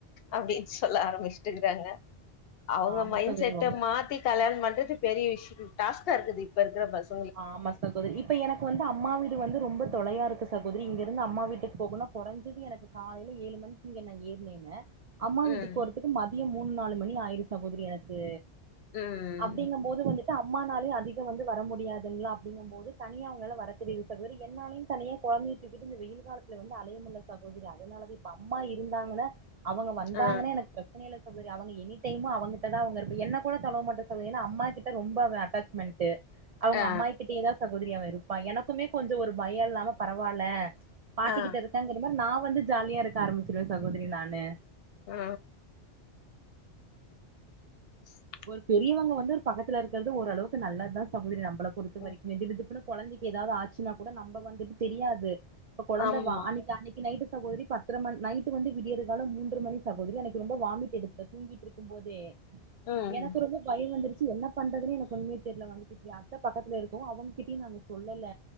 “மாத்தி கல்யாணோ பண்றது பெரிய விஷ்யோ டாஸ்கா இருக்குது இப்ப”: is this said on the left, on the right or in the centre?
Left